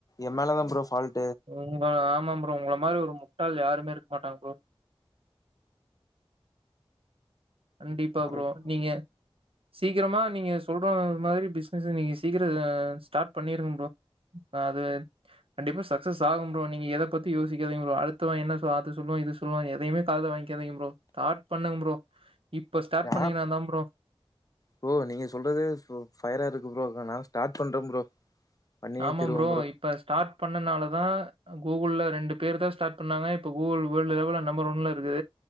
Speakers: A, on the left; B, on the right.
A: எம்மேலதா ப்ரோ ஃபால்ட்
B: உங்க ஆமா ப்ரோ உங்கள மாரி மு ட்டாள் யாருமே இருக்க மாட்டாங்க ப்ரோ கண்டிப்பா
A: கரெக்டா
B: ப்ரோ நீங்க சீக்கிரமா நீங்க சொல்ற மாதிரி பிஸ்னஸ நீங்க சீக்கிர ல ஸ்டார்ட் பண்ணிருங்க ப்ரோ அது கண்டிப்பா சக்ஸஸ் ஆகும் ப்ரோ நீங்க எத பத்தி யோசிக்காதீங்க ப்ரோ அடுத்தவ என்ன சொ அது சொல்லுவா இது சொல்லுவா எதையுமே காதுல வாங்கிக்காதீங்க ப்ரோ ஸ்டார்ட் பண்ணுங்க ப்ரோ இப்ப ஸ்டார்ட்
A: யாப்
B: பண்ணீங்கன்னா தான் ப்ரோ
A: ப்ரோ நீங்க சொல்றதே ஃபு ஃபயரா இருக் ம் ப்ரோ நா நா ஸ்டார்ட் பண்ற ப்ரோ பண்ணியே
B: ஆமா
A: திருவ
B: ப்ரோ இப்ப ஸ்டார்ட் பண்ணனாலதா அ கூகுள்ல ரெண்டு பேர்தா ஸ்டார்ட் பண்ணாங்க இப்ப கூகுள் வேர்ல்டு லெவல்ல நம்பர் ஒன்ல இருக்கு